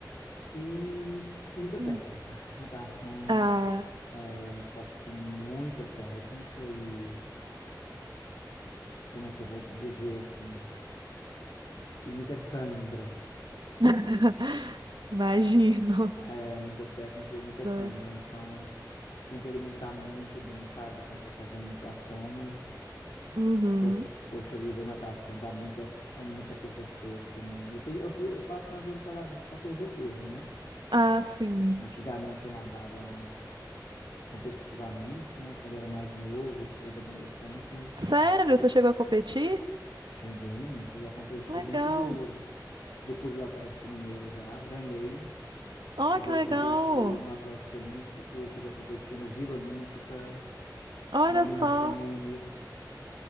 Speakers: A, on the left; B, on the right.
A: e muita
B: Hum.
A: técnica. <laughs> A natação
B: Ah,
A: é, é um esporte que tem muita técnica e, como é que eu vou dizer assim? E muita cãibra.
B: <laughs> imagino.
A: É, muita técnica e muita
B: Nossa.
A: cãibra. Então, tem que alimentar muito bem, sabe? Quando está fazendo natação, mas.
B: Uhum.
A: Po- Poxa vida, natação dá muita, é muita perda de peso também. Eu tenho, eu fi- eu faço majoritariamente para perder peso, né?
B: Ah, sim.
A: Antigamente eu nadava mais competitivamente, né? Quando era mais novo e tudo, adolescente, mas
B: Sério? Você chegou a competir?
A: cheguei, menino, cheguei a competir
B: Legal.
A: dentro do, do Clube do Atlético Mineiro já, ganhei,
B: Ó,
A: cheguei
B: que legal.
A: a competir no Atlético Olímpico, cheguei a competir no Vila Olímpica,
B: Olha
A: no Minas
B: só.
A: Tênis,